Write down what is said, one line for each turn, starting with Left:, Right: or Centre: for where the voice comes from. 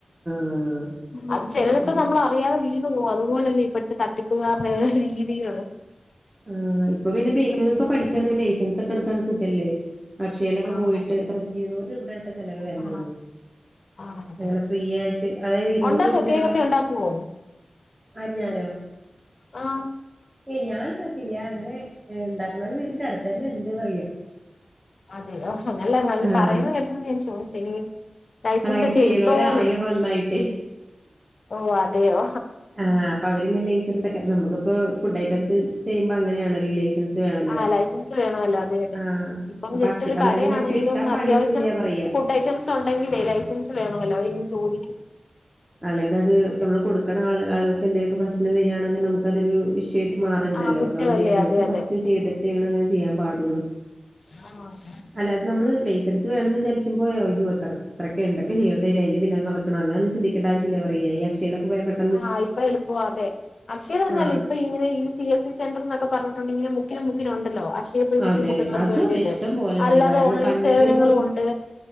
Right: ആഹ്
Left: അത് ചെലതക്കെ
Right: അതെ
Left: നമ്മളറിയാതെ വീണ് പോകും അതുപോലല്ലേ ഇപ്പഴത്തെ തട്ടിപ്പുകാർടേ രീതികള്
Right: ആഹ് ഇപ്പ പിന്നെ ബേക്കിങ്ങൊക്കെ
Left: അതെ
Right: പഠിക്കണേ ലൈസൻസൊക്കെ എടുക്കാനും സുഖല്ലേ അക്ഷയിലക്കെ
Left: ആ
Right: പോയിട്ട്
Left: അതെ
Right: എത്ര ഇരുന്നൂറ് രൂപേടെട്ടെ ചെലവേ വര്ണൊള്ളൂ
Left: ആ ആ അതെ
Right: അങ്ങനെ
Left: അതെ
Right: ഫ്രീ യായിട്ട് അതായത് ഇരുന്നൂറ്
Left: ഉണ്ടാക്കോ
Right: രൂപ ചെലവാക്കി
Left: കേക്കൊക്കെ ഉണ്ടാക്കുവോ
Right: ആര് ഞാനോ
Left: ആഹ്
Right: ഏയ് ഞാന്ണ്ട് ഇല്ല്യാ അങ്ങനെ ഇണ്ടാക്ക്‌ണോര് വീട്ടിന്റടുത്തന്നെണ്ട് പറയാ
Left: അതെയോ നല്ല നല്ല
Right: ആഹ്
Left: പറയുന്നെ കേക്കുന്നോണ്ട് ഞാൻ ചോയിച്ചയാ ലൈസൻസൊക്കെ
Right: അല്ല അങ്ങനെ ചെയ്യണോര്
Left: എടുത്തോന്നേ
Right: അറിയാം നന്നായിട്ട്
Left: ഓഹ് അതെയോ
Right: ആഹ് അപ്പൊ അവരിങ്ങ്നെ ലൈസൻസക്കെ
Left: ഉം
Right: നമുക്കിപ്പോ ഫുഡ്‌ ഐറ്റംസ് ചെയ്യുമ്പോ അങ്ങനെയാണല്ലോ ലൈസ് ൻസ് വേണല്ലോ
Left: ആഹ് ലൈസൻസ് വേണമല്ലോ അതെ അതെ
Right: ആഹ്
Left: ഇപ്പം
Right: അപ്പക്ഷെ
Left: ജസ്റ്റ് ഒരു
Right: അല്ലങ്ങനെ
Left: കടയാണെങ്കിലും
Right: കിട്ടാൻ പണിയൊന്നുംല്ല
Left: അത്യാവശ്യം
Right: പറയ്യാ
Left: ഫുഡ് ഐറ്റംസ് ഒണ്ടെങ്കിലേ ലൈസൻസ് വേണമല്ലോ അവരിങ്ങനെ ചോദിക്കും
Right: അല്ലെങ്കത്
Left: ഉം അതെ
Right: നമ്മള് കൊടുക്കണ ആള് ആള്കൾക്ക് എന്തേലുവോക്കെ പ്രശ്നം വര്യാണെങ്കി നമുക്കതൊരു ഇഷ്യൂ മാറരുതല്ലോ
Left: ആഹ് കുറ്റമല്ലേ
Right: അപ്പൊ നമ്മള് ലൈസൻസ്
Left: അതെ അതെ
Right: ഫസ്റ്റ് ചെയ്തിട്ടേണ്
Left: ഉം
Right: അങ്ങന ചെയാൻ പാടുള്ളൂ
Left: ആഹ്
Right: അല്ലാ അത് നമ്മൾ ലൈസെൻസ് വേണംന്ന് വിചാരിക്കുമ്പോ അയ്യോ എത്ര ഇത്രെ ഒക്കെ എന്തൊക്കെ ചെയ്യെണ്ടി വെരും അയിന്റെ പിന്നാലെ നട്ക്കെണം അങ്ങനെ ഒന്നും ചിന്തിക്കെണ്ട ആവ്ശ്യം ഇല്ലാ പറിയെ ഈ അക്ഷയിലൊക്കെ പോയാ പെട്ട്
Left: ആഹ് ഇപ്പൊ എളുപ്പവാ അതെ അക്ഷയാന്ന് പർണാൽ
Right: ആഹ്
Left: ഇപ്പം ഇങ്ങനെ ഈസ് സി എസ് സി സെന്റെർന്നൊക്കെ പർണുട്ടുണ്ടെങ്കിൽ മുക്കിന് മുക്കിന് ഉണ്ടല്ലോ അ ക്ഷയി പോയി ബുദ്ധിമുട്ടുന്നവർക്ക്
Right: അതെ അതും
Left: വേണ്ടിട്ട്
Right: അതെ ഇഷ്ടം പോലെണ്ട്
Left: അല്ലാതെ
Right: കാരണം
Left: ഓൺലൈൻ
Right: പണ്ട്ന്ന്
Left: സേവനങ്ങളും
Right: പറയുമ്പോ
Left: ഒണ്ട്